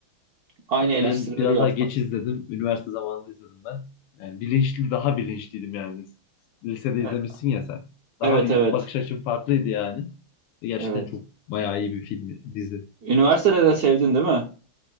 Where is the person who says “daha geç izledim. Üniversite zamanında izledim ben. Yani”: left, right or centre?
Left